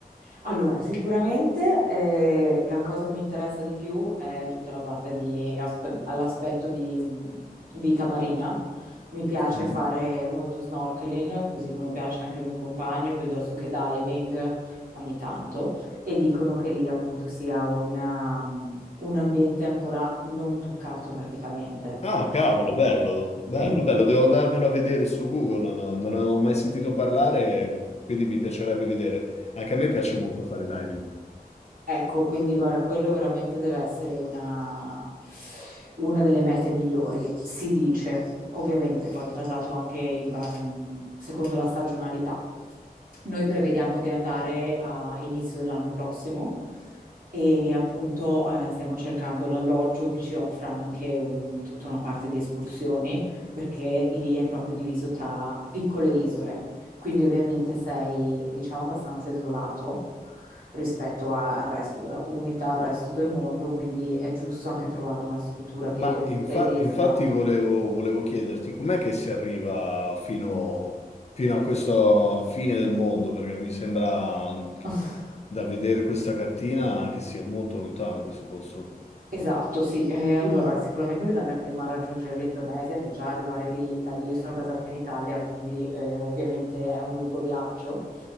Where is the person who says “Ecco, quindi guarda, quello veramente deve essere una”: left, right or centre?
Right